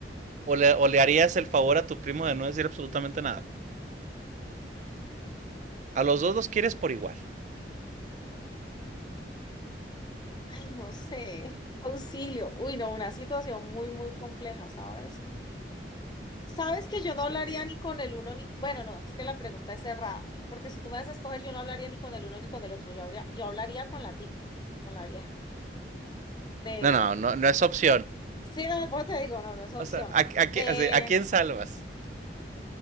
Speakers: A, on the right; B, on the left.
A: o le, o le harías el favor a tu primo de no decir absolutamente nada? A los dos los quieres por igual.
B: Ay, no sé. Auxilio. Uy, no, una situación muy, muy compleja, ¿sabes? Sabes que yo no
A: Sí.
B: hablaría ni con el uno ni... Bueno, no, es que la pregunta es cerrada, porque si tú me das a escoger, yo no hablaría ni con el uno ni con el otro. Yo habría- yo hablaría con la tipa, con la vieja. De...
A: No, no, no, no es opción.
B: Sí, no, por eso te digo, no, no es opción.
A: O sea, ¿a, a
B: Eh,
A: qui- ¿a quién salvas?